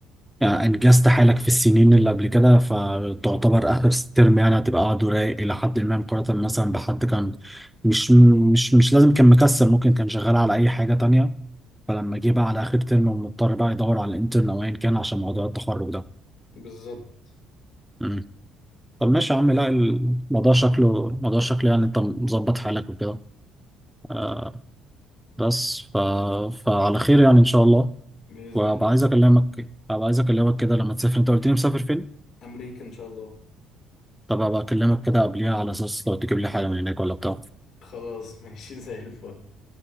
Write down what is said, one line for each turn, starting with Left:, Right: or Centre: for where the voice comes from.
Centre: يعني انجزت حالك في السنين اللي قبل كده فتعتبر اخر ترم يعني هتبقى قاعد رايق الى حد ما مقارنة مثلا بحد كان مش مش مش لازم كان مكسل ممكن كان شغال على اي حاجة تانية فلما جه بقى على اخر ترم ومضطر بقى يدور على الانترن او ايا كان عشان موضوع التخرج ده
Left: بالظبط
Centre: مم. طب ماشي يا عم لا الموضوع شكله الموضوع شكله يعني انت مظبط حالك وكده آه بس ف... فعلى خير يعني ان شاء الله
Left: بإذن
Centre: وابقى
Left: الله
Centre: عايز اكلمك ابقى عايز اكلمك كده لما تسافر انت قلت لي مسافر فين
Left: أمريكا إن شاء الله
Centre: طب ابقى اكلمك كده قبليها على اساس لو تجيب لي حاجه من هناك ولا بتاع
Left: خلاص ماشي <laughs> زي الفل